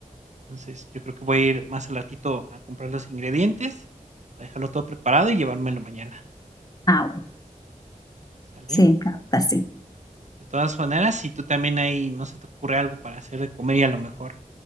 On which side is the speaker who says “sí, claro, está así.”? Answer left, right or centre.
Left